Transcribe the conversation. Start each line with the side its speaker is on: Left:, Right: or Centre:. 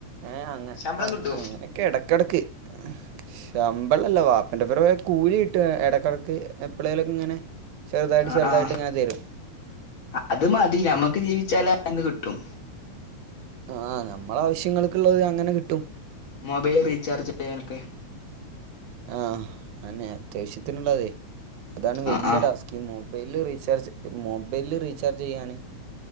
Right: ഏഹ് അങ്ങ
Left: ശമ്പളം കിട്ടോ
Right: അങ്ങനൊക്കെ എടക്കിടക്ക് ശമ്പളല്ല വാപ്പന്റെ ഒപ്പരം കൂലി കിട്ടും എടകിടക്ക് എപ്പളേലിങ്ങനെ ചെറുതായിട്ട്
Left: ആഹ്
Right: ചെറുതായിട്ടിങ്ങനെ
Left: ആഹ്
Right: തരും
Left: അത് മതി ഞമ്മക്ക് ജീവിച്ചാലന്ന് അതിന്ന്‌ കിട്ടും
Right: ആഹ് നമ്മളാവശ്യങ്ങൾക്കുള്ളത് അങ്ങനെ കിട്ടും
Left: മൊബൈൽ റീചാർജ് ചെയ്യാനൊക്കെ
Right: ആഹ് അങ്ങനെ അത്യാവശ്യത്തിനുള്ളതെ അതാണ് വലിയ
Left: ആഹ് ആഹ്
Right: ടാസ്ക് ഈ മൊബൈല് റീചാർജ് മൊബൈല് റീചാർജ് ചെയ്യാന്